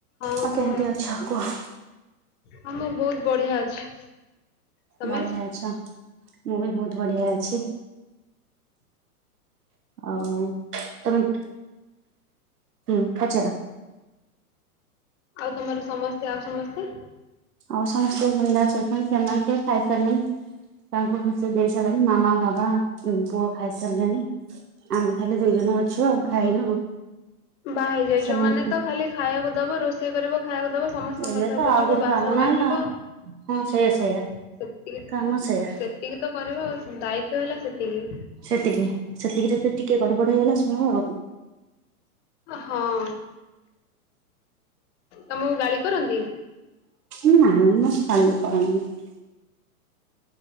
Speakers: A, on the left; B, on the right.
A: ହଁ
B: ଆଉ
A: କୁହ।
B: କେମିତି ଅଛ କୁହ?
A: ହଁ ମୁଁ ବହୁତ ବଢିଆ ଅଛି। ତମେ?
B: ବଢିଆ ଅଛ। ମୁଁ ବି ବହୁତ ବଢିଆ ଅଛି। ଆଉ ତମେ ହୁଁ ପଚାର।
A: ଆଉ ତମର ସମସ୍ତେ ଆଉ ସମସ୍ତେ।
B: ଆଉ ସମସ୍ତେ ବିନ୍ଦାସ ଅଛନ୍ତି ସେମାନେ ସେ ଖାଇସାରିଲେଣି। ତାଙ୍କୁ ଖୁସି ଦେଇ ସାରିଲାଣି ମାମା, ବାବା, ଉଁ ପୁଅ ଖାଇସାରିଲେଣି। ଆମେ ଖାଲି ଦୁଇ ଜଣ ଅଛୁ ଆଉ ଖାଇନୁ।
A: ବା ହେଇ ଯାଇଛ
B: ସେମାନେ
A: ମାନେ ତ ଖାଲି ଖାଇବାକୁ ଦବ ରୋଷେଇ କରିବ ଖାଇବାକୁ ଦବ ସମସ୍ତଙ୍କ
B: ଇଏ
A: କଥା
B: ତ
A: ବୁଝିବ
B: ଆଉ କିଛି
A: ବାସନ
B: କାମ
A: ମାଜିବ।
B: ନାହିଁ ଆଉ। ହଁ ସେଇଆ ସେଇଆ
A: ସେତିକି
B: କାମ ସେଇଆ
A: ସେତିକି ତ କରିବ ଆଉ ଦାୟିତ୍ଵ ହେଲା ସେତିକି।
B: ସେତିକି ସେତିକି ଯଦି ଟିକେ ଗଡବଡ ହେଇଗଲା ଶୁଣିବ
A: ହଁ। ତମକୁ ଗାଳି କରନ୍ତି।
B: ନା ନା ଗାଳି କର <unintelligible>